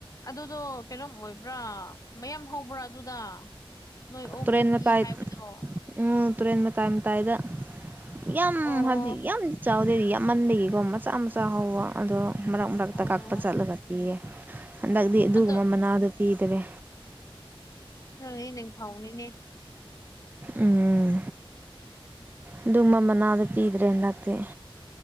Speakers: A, on the left (about 35°); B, on the right (about 20°).
A: ꯑꯗꯨꯗꯣ ꯀꯩꯅꯣꯝ ꯑꯣꯏꯕ꯭ꯔꯥ ꯃꯌꯥꯝ ꯍꯧꯕ꯭ꯔꯥ ꯑꯗꯨꯗ ꯅꯣꯏ ꯑꯣꯒꯤ
B: ꯇꯨꯔꯦꯟ
A: ꯄꯤ
B: ꯃꯇꯥꯏ
A: ꯍꯥꯏꯕꯗꯣ
B: ꯎꯝ ꯇꯨꯔꯦꯟ ꯃꯇꯥꯏ ꯃꯇꯥꯏꯗ ꯌꯥꯝ
A: ꯑꯣ
B: ꯍꯥꯏꯕꯗꯤ ꯌꯥꯝꯗꯤ ꯆꯥꯎꯋ ꯑꯗꯨꯗꯩꯗꯤ ꯌꯥꯝꯃꯟꯗꯒꯤꯀꯣ ꯃꯆꯥ ꯃꯆꯥ ꯍꯧꯕ ꯑꯗꯣ ꯃꯔꯛ ꯃꯔꯛꯇ
A: ꯑꯣ
B: ꯀꯛꯄ ꯆꯠꯂꯒ ꯄꯤꯌꯦ ꯍꯟꯗꯛꯇꯤ ꯑꯗꯨꯒꯨꯝꯕ
A: ꯑꯗꯣ
B: ꯃꯅꯥꯗꯣ ꯄꯤꯗꯔꯦ
A: ꯪꯉꯦ ꯅꯤꯡꯊꯧꯅꯤꯅꯦ
B: ꯎꯝ ꯑꯗꯨ ꯃ ꯃꯅꯥꯗ ꯄꯤꯗ꯭ꯔꯦ ꯍꯟꯗꯛꯇꯤ